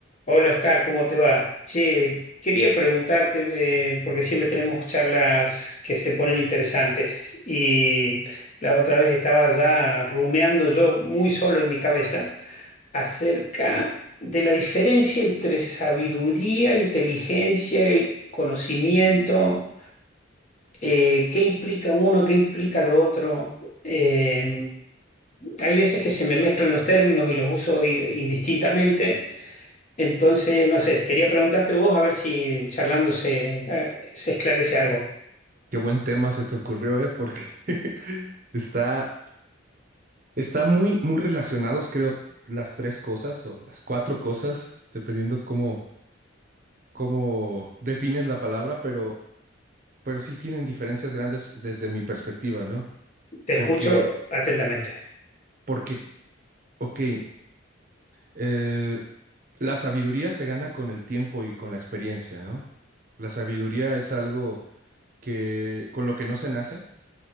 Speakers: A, on the left; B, on the right.
A: Hola Oscar, ¿cómo te va? Che, quería preguntarte, eh, porque siempre tenemos charlas que se ponen interesantes y la otra vez estaba ya rumeando yo muy solo en mi cabeza acerca de la diferencia entre sabiduría, inteligencia y conocimiento, eh, qué implica uno, qué implica lo otro. Eh, hay veces que se me mezclan los términos y los uso i- indistintamente. Entonces, no sé, quería preguntarte vos a ver si charlando se, eh, se esclarece algo.
B: Qué buen tema se te ocurrió, ¿eh? Porque <laughs> está, está muy, muy relacionados, creo, las tres cosas o las cuatro cosas, dependiendo cómo, cómo defines la palabra, pero, pero sí tienen diferencias grandes desde mi perspectiva, ¿no?
A: Te
B: Porque,
A: escucho atentamente.
B: porque, ok, eh, la sabiduría se gana con el tiempo y con la experiencia, ¿no? La sabiduría es algo que, con lo que no se nace,